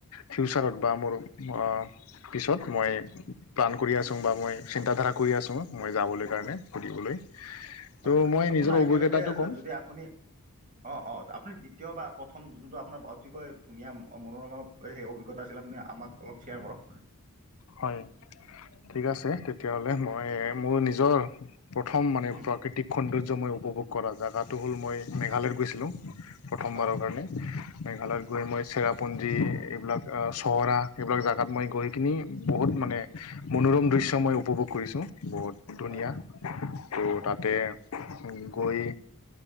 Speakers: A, on the left; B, on the right.
A: ফিউচাৰত বা মোৰ অ পিছত মই প্লান কৰি আচুং বা মই চিন্তাধাৰা কৰি আচুং মই যাবলৈ কাৰণে ফুৰিবলৈ।
B: হয়
A: ত'
B: হয়,
A: মই
B: আপোনাৰ
A: নিজৰ অভিজ্ঞতাটো
B: এতিয়ালৈকে
A: ক'ম
B: যদি আপুনি অ'অ আপুনি দ্বিতীয় বা প্ৰথম যোনটো অপোনাৰ অতিকৈ ধুনীয়া মনোৰমা সেই অভিজ্ঞতা আছিল আপুনি আমক অলপ শ্বেয়াৰ কৰক।
A: হয় ঠিক আছে তেতিয়া হ'লে মই মোৰ নিজৰ প্ৰথম মানে
B: হুম
A: প্ৰাকৃতিক সৌন্দৰ্যময় উপভোগ কৰা জেগাটো হ'ল মই মেঘালয়ত গৈছিলুং প্ৰথমবাৰৰ
B: হয়
A: কাৰণে, মেঘালয়ত
B: হয়
A: গৈ মই চেৰাপুঞ্জী এইবিলাক। চহৰা সেইবিলাক জেগাত মই গৈ কিনি বহুত মানে মনোৰম দৃশ্য মই উপভোগ কৰিছোঁ বহুত ধুনীয়া।
B: হয় হয়
A: ত'
B: হয়
A: তাতে গৈ